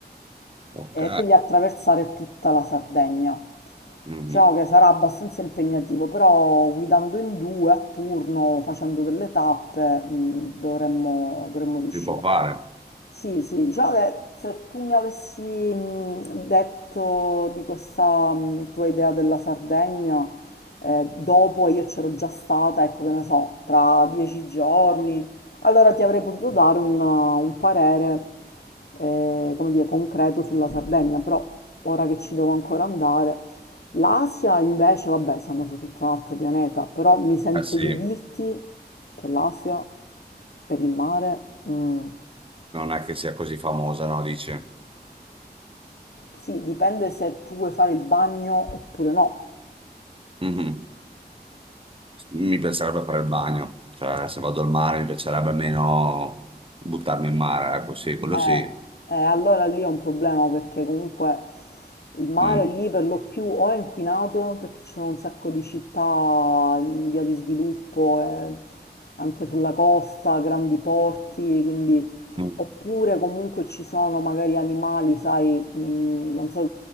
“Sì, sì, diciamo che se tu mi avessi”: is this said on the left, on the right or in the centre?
Left